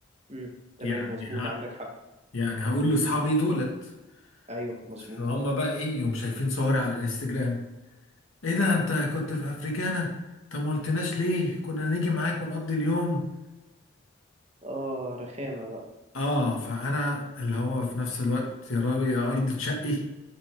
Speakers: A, on the right; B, on the left.
A: امم تمام
B: يعني
A: مظبوط
B: ه...
A: عندك حق
B: يعني هقول لاصحابي دولت
A: ايوه مظبوط
B: فهم بقى ايه يوم شايفين صوري على الانستجرام ايه ده انت كنت في افريكانا طب ما قلتناش ليه كنا نيجي معاك ونقضي اليوم
A: اه رخامه بقى
B: اه فانا اللي هو في نفس الوقت يا رب يا ارض تشقي